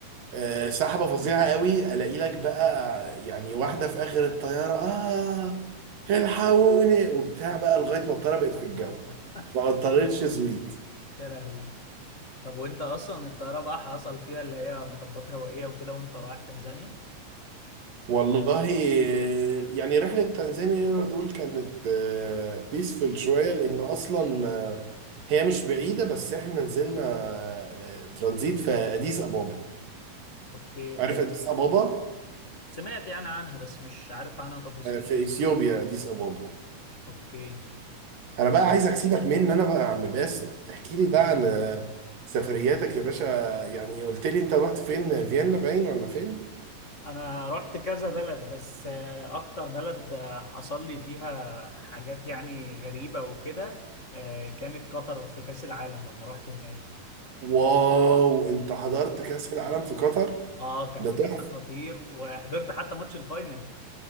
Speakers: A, on the right; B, on the left.
A: آه، سحبة فظيعة قوي الاقي لك بقى يعني واحدة في اخر الطيارة اه الحقوني وبتاع بقى لغاية ما الطيارة بقت
B: <laughs>
A: في الجو ما قطرتش زويد
B: يا لهوي طب وانت اصلا الطياره بقى حصل فيها اللي هي مطبات هوائيه وكده وانت رايح تنزانيا
A: والله آه، يعني رحلة تنزانيا دول كانت بيسفل شوية لأن أصلا آه، هي مش بعيدة بس إحنا نزلنا آه، ترانزيت في أديس أبابا
B: اوكي
A: عارف أديس أبابا
B: سمعت يعني عنها بس مش عارف عنها تفاصيل
A: آه، في إثيوبيا أديس أبابا
B: اوكي
A: انا بقى عايزك سيبك من ان انا بقى يا عم باسم احكي لي بقى
B: <laughs>
A: عن آه، سفرياتك يا باشا يعني قلت لي انت رحت فين فيينا باين ولا فين
B: انا رحت كذا بلد بس آه، اكتر بلد آه، حصل لي فيها حاجات يعني غريبة وكده آه، كانت قطر في كأس العالم لما رحت هناك
A: واو انت حضرت كأس العالم في قطر
B: اه كان
A: ده
B: بجد
A: تحفة
B: خطير وحضرت حتى ماتش الفاينل